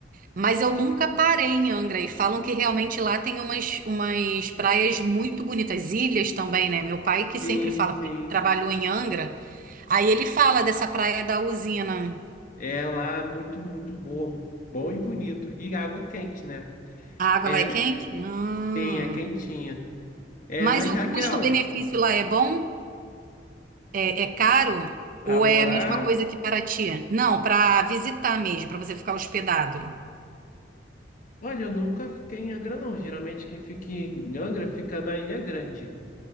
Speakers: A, on the right (about 50°); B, on the left (about 45°).
A: Mas eu nunca parei em Angra. E falam que realmente lá tem umas, umas praias muito bonitas, ilhas também, né? Meu pai que sempre
B: Sim,
A: fala,
B: sim.
A: porque ele trabalhou em Angra. Aí ele fala dessa praia da usina.
B: É lá muito, muito bom. Bom e bonito. E água quente, né?
A: A água
B: É,
A: lá é quente? Ah.
B: sim, é quentinha. É,
A: Mas
B: mas
A: o
B: Raquel,
A: custo-benefício lá é bom? É, é caro?
B: pra
A: Ou
B: morar.
A: é a mesma coisa que Paraty? Não, para visitar mesmo, para você ficar hospedado.
B: Olha, eu nunca fiquei em Angra, não. Geralmente quem fica em Angra fica na Ilha Grande.